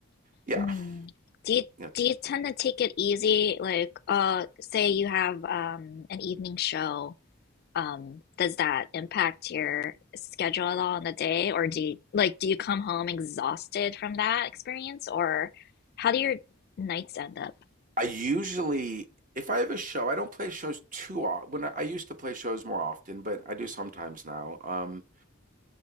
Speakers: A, on the right (about 40°); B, on the left (about 50°).
A: yeah,
B: hmm Do you
A: yes.
B: do you tend to take it easy? Like, uh, say you have um an evening show. Um, does that impact your schedule at all in the day, or do you like do you come home exhausted from that experience, or how do your nights end up?
A: I usually, if I have a show, I don't play shows too often. When I, I used to play shows more often, but I do sometimes now. Um,